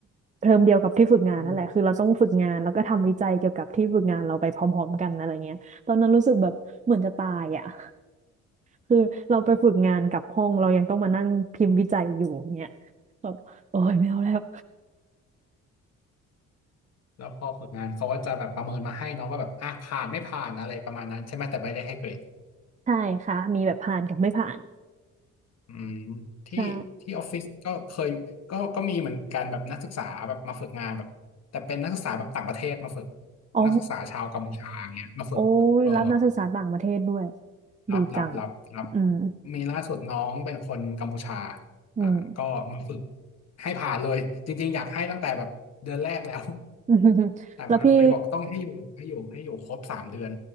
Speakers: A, on the right (about 25°); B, on the left (about 55°).
A: เทอมเดียวกับที่ฝึกงานนั่นแหละคือเราต้องฝึกงานแล้วก็ทำวิจัยเกี่ยวกับที่ฝึกงานเราไปพร้อมๆกันอะไรเงี้ยตอนนั้นรู้สึกแบบเหมือนจะตายอ่ะ
B: อืม
A: <laughs> คือเราไปฝึกงานกับห้องเรายังต้องมานั่งพิมพ์วิจัยอยู่เงี้ยแบบโอ้ยไม่เอาแล้ว
B: แล้วพอฝึกงานเขาก็จะแบบประเมินมาให้เนาะว่าแบบอ่ะผ่านไม่ผ่านอะไรประมาณนั้นใช่ไหมแต่ไม่ได้ให้เกรด
A: ใช่ค่ะมีแบบผ่านกับไม่ผ่าน
B: อืมที่ที่ออฟฟิศก็เคยก็ก็มีเหมือนกันแบบนักศึกษาแบบมาฝึกงานแบบแต่เป็นนักศึกษาแบบต่างประเทศมาฝึก
A: ใช่โอ้
B: นักศึกษาชาวกัมพูชาเงี้ยมาฝึกเออ
A: โอ้ยรับนักศึกษาต่างประเทศด้วย
B: รับรับรับรับ
A: ดีจังอืม
B: มีล่าสุดน้องเป็นคนกัมพูชา
A: อืม
B: อ่าก็มาฝึกให้ผ่านเลยจริงๆอยากให้ตั้งแต่แบบเดือนแรกแล้ว
A: <laughs>
B: แต่มหาอะไรบอกต้องให้อยู่ให้อยู่ให้อยู่ครบสามเดือน
A: แล้วพี่